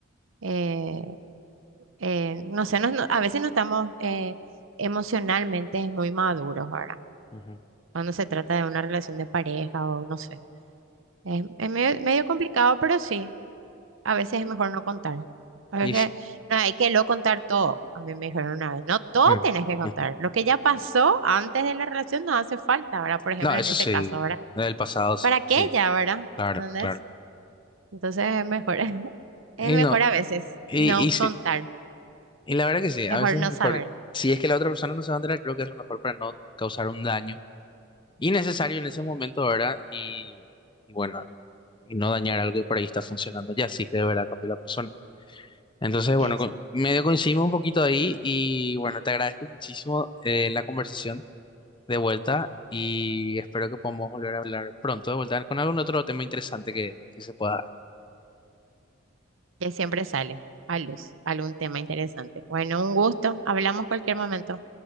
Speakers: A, on the right; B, on the left.
A: eh, eh, no sé, no- no- a veces no estamos eh, emocionalmente muy maduros, ¿verdad?
B: Ujú.
A: cuando se trata de una relación de pareja o no sé. Es, es medio, medio complicado, pero sí, a veces es mejor no contar. A
B: y
A: veces
B: sí.
A: no hay que lo contar todo. A mí me dijeron una vez, no todo
B: Mm,
A: tenés que contar.
B: ujú.
A: Lo que ya pasó antes de la relación no hace falta, ¿verdad? Por ejemplo,
B: No, eso
A: en ese
B: sí,
A: caso, ¿verdad?
B: del pasado sí,
A: ¿Para qué
B: sí,
A: ya, verdad?
B: claro,
A: ¿Entendés?
B: claro.
A: Entonces es mejor, <laughs>
B: Y
A: es mejor
B: no,
A: a veces
B: y,
A: no
B: y sí,
A: contar,
B: y la verdad que sí,
A: mejor
B: a veces
A: no
B: es mejor,
A: saber
B: si es que la otra persona no se va a enterar, creo que es lo mejor para no causar un daño innecesario en ese momento, ¿verdad? Y, y bueno, y, y no dañar algo que por ahí está funcionando ya, sí que de verdad cambió la persona. Entonces, bueno,
A: eso,
B: co- medio coincidimos un poquito ahí y bueno, te agradezco muchísimo eh, la conversación. de vuelta y espero que podamos volver a hablar pronto de vuelta con algún otro tema interesante que, que se pueda
A: que siempre sale a luz algún tema interesante. Bueno, un gusto, hablamos cualquier momento.